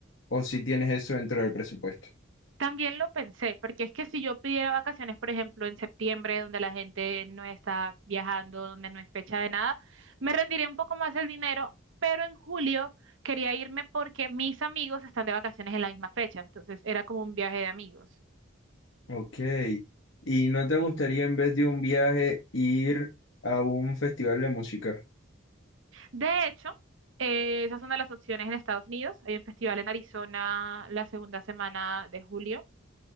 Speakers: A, on the left (about 70°); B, on the right (about 70°).
A: o si tienes eso dentro del presupuesto.
B: También lo pensé, porque es que si yo pidiera vacaciones, por ejemplo, en septiembre, donde la gente no está viajando, donde no es fecha de nada, me rendiría un poco más el dinero, pero en julio quería irme porque mis amigos están de vacaciones en la misma fecha, entonces era como un viaje de amigos.
A: Ok, ¿y no te gustaría en vez de un viaje ir a un festival de música?
B: De hecho, eh, esas son de las opciones en Estados Unidos. Hay un festival en Arizona la segunda semana de julio.